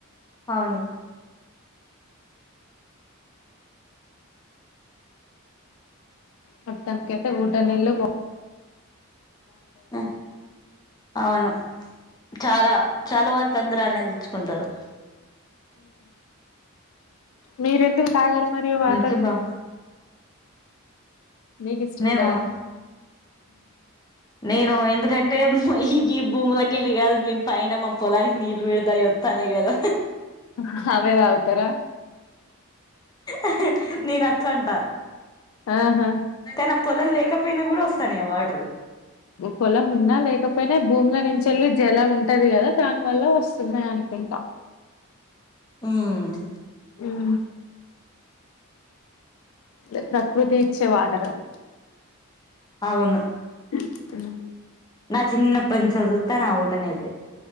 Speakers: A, on the left (about 20°); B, on the left (about 70°).
A: అవును
B: మొత్తానికైతే ఊట నిళ్లు పో
A: ఆ అవును చాలా చాలా వరకు అందరు అన్నే తేచ్చుకుంటారు
B: మీరెందుకు తాగరు మరి వాటరు
A: అందుకే బా
B: నీకు ఇష్టం
A: మేమా
B: ఉండదా
A: నేను ఎందుకంటే ఈ భూములకెళ్లి కాదు మేము పైన మా పొలానికి నీళ్లు పెడితే అయ్యి ఒత్తన్నాయ్ కదా
B: ఆహా అవే తగుతర
A: ఆహా నేను అట్లా అంటా
B: ఆహా
A: కని పొలం లేకపోయినా కూడా వస్తాన్నయ్ ఆ వాటరు
B: పొలం ఉన్నా లేకపోయినా భూముల నుంచి వెళ్ళి జల ఉంటది కదా దాని వల్ల వస్తున్నాయి అనుకుంటా
A: మ్మ్
B: మ్మ్ చెప్పు రా ప్రకృతి ఇచ్చే వాటర్ అవి
A: అవును
B: ఉ
A: నా చిన్నప్పటి నుంచి చూస్తన్న ఆ ఊటనైయితే